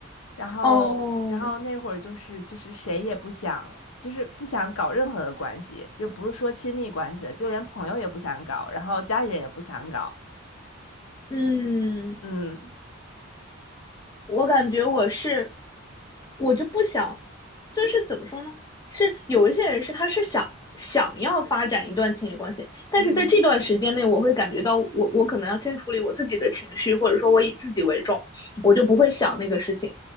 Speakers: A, on the left; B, on the left.
A: 然后然后那会儿就是就是谁也不想，
B: 哦。
A: 就是不想搞任何的关系，就不是说亲密关系了，就连朋友也不想搞，然后家里人也不想搞，
B: 嗯，
A: 嗯
B: 我感觉我是，我就不想，就是怎么说呢？是有一些人是他是想想要发展一段情侣关系，但是在这段时间内，
A: 嗯，
B: 我会感觉到我我可能要先处理我自己的情绪，或者说我以自己为重，我就不会想那个事情。